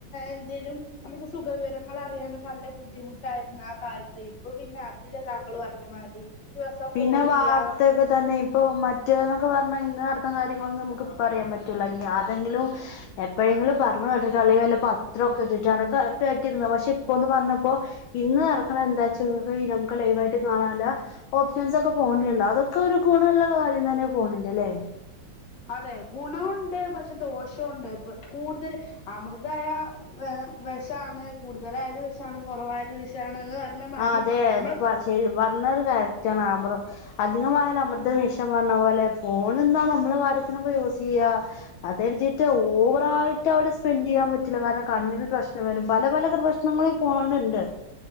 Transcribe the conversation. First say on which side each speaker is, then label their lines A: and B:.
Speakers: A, on the left; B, on the left.
A: എന്തേലും. നമുക്ക് സുഖവിവരങ്ങൾ അറിയാനൊക്കെ നല്ല ബുദ്ധിമുട്ടായിരുന്നു ആ കാലത്ത് ഇപ്പൊ പിന്നെ അ അതില്ല താങ്കള് പറഞ്ഞ മാതിരി. ദിവസം
B: പിന്നെ
A: കോൾ
B: വാർത്തക്കെ
A: ചെയ്യാ
B: തന്നെ ഇപ്പോ മ മറ്റേ എന്നൊക്കെ പറഞ്ഞാൽ ഇന്ന് നടന്ന കാര്യങ്ങളൊന്നും നമുക്ക് ഇപ്പം അറിയാൻ പറ്റുല ഇഞ്ഞ് ആതെങ്കിലും. എപ്പോഴെങ്കിലും പറഞ്ഞു കേട്ടിട്ടോ അല്ലെങ്കി വല്ല പത്രൊക്കെ ഇട്ടിട്ടാണം കേട്ടിരുന്നത്, പക്ഷെ ഇപ്പൊന്ന് പറഞ്ഞപ്പോ. ഇന്ന് നടക്കണ എന്താച്ചങ്കി നമുക്ക് ലൈവായിട്ട് കാണാല്ല. ഓപ്ഷൻസൊക്കെ ഫോണിലുണ്ടാവും അതൊക്കെ ഒരു ഗുണള്ള കാര്യം തന്നെ ഫോണിന്റെ അല്ലേ.
A: അതെ ഗുണമുണ്ട് പക്ഷെ ദോഷവുണ്ട് ഇപ്പ കൂടുതൽ അമൃ തായ വെഷാണ് കൂടുതലായാല് വിഷാണ് കുറവായാല് വിഷാണ്ന്ന് പറ ഞ്ഞമാരി
B: ആ അതെ
A: നമ്മള്.
B: ശരി പറഞ്ഞരു കരറ്റാണ് ആമ്പ്രം. അധികമായൽ അമൃതും വിഷം പറഞ്ഞ പോലെ ഫോണ്ന്നാ നമ്മളെ കാര്യത്തിനക്കെ യൂസ് ചെയ്യ. അത് കരുതിട്ട് ഓവറായിട്ട് അവിടെ സ്പെന്റ് ചെയ്യാൻ പറ്റില്ല കാരണം കണ്ണിന് പ്രശ്നം വരും പല പല പ്രശ്നങ്ങളും. ഫോണിനുണ്ട്.